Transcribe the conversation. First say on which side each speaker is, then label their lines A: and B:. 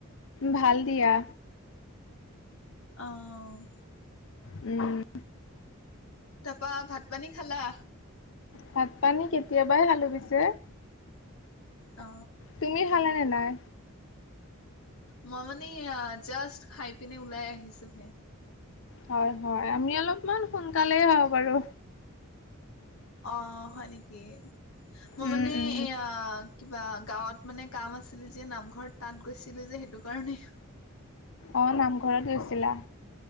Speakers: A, on the left; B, on the left.
A: ভাল দিয়া
B: অ',
A: উম
B: তাপা ভাত পানী খালা
A: ভাত পানী কেতিয়াবাই খালো পিছে
B: অ
A: তুমি খালা নে নাই
B: মই মানে জাষ্ট খাই পিনে ওলাই আহিছোহে
A: হয় হয় আমি অলপমান সোনকালেই হওঁ বাৰু
B: অ', হয় নেকি মই
A: উম
B: মানে
A: উম
B: এয়া কিবা গাঁৱত মানে কাম আছিল যে নামঘৰত তাত গৈছিলো যে সেইটো কাৰণেই
A: অ', নামঘৰত গৈছিলা